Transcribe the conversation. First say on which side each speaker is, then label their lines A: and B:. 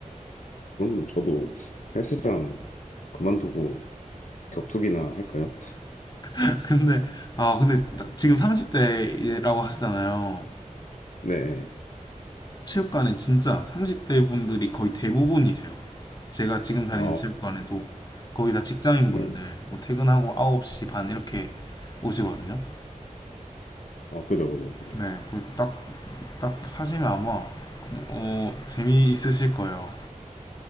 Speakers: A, on the left (about 65°); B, on the left (about 30°).
A: 그럼 저도 헬스장 그만두고 격투기나 할까요?
B: <laughs> 근데 아 근데 지금
A: 음.
B: 30대라고 하시잖아요.
A: 네.
B: 체육관에 진짜 30대 분들이 거의 대부분이세요. 제가 지금 다니는
A: 아,
B: 체육관에도 거의 다 직장인
A: 네.
B: 분들 뭐 퇴근하고 9시 반 이렇게 오시거든요.
A: 아, 그죠, 그죠. 이제.
B: 네, 그 딱, 딱 하시면 아마 어, 어, 재미있으실 거예요.